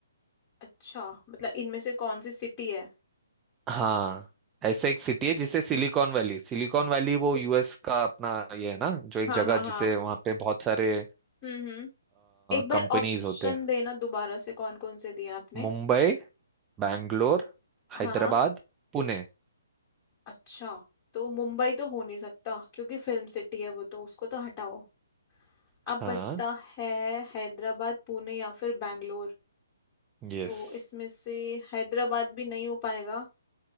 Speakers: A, on the left (about 25°); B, on the right (about 15°).
A: अच्छा मतलब इनमें से कौन सी सिटी है
B: हाँ ऐसे एक सिटी है जिसे सिलिकॉन वैली सिलिकॉन वैली वो यूएस का अपना ये है ना जो एक
A: हाँ
B: जगह
A: हाँ हाँ
B: जिसे वहाँ पे बहुत सारे
A: हम्म हम्म एक बार
B: कंपनीज
A: ऑप्शन
B: होते हैं
A: देना दोबारा से कौन कौन से दिया आपने
B: मुंबई बैंगलोर
A: हाँ
B: हैदराबाद पुणे
A: अच्छा तो मुंबई तो हो नहीं सकता क्योंकि फिल्म सिटी है वो तो उसको तो हटाओ
B: हाँ
A: अब बचता है हैदराबाद पुणे या फिर बैंगलोर
B: यस
A: तो इसमें से हैदराबाद भी नहीं हो पाएगा